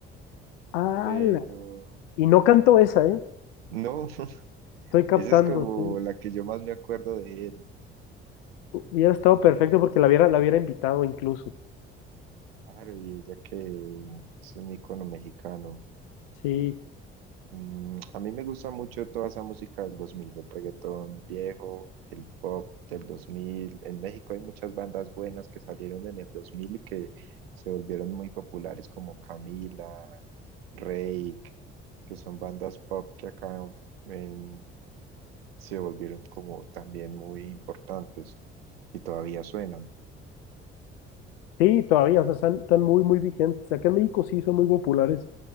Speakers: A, on the left (about 65°); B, on the right (about 75°).
A: ¡Hala!
B: Pero
A: Y no cantó esa, ¿eh?
B: no, <laughs>
A: Estoy captando,
B: esa es como
A: sí.
B: la que yo más me acuerdo de él.
A: Hubiera estado
B: Mm,
A: perfecto porque la hubiera, la hubiera invitado incluso.
B: Claro, y ella que es un ícono mexicano.
A: Sí,
B: Mm, a mí me gusta mucho toda esa música del 2000, el reggaetón viejo, el pop del 2000. En México hay muchas bandas buenas que salieron en el 2000 y que se volvieron muy populares como Camila, Reik, que son bandas pop que acá en- se volvieron como también muy importantes y todavía suenan.
A: sí, todavía, o sea, están, están muy, muy vigentes. Acá en México sí son muy populares.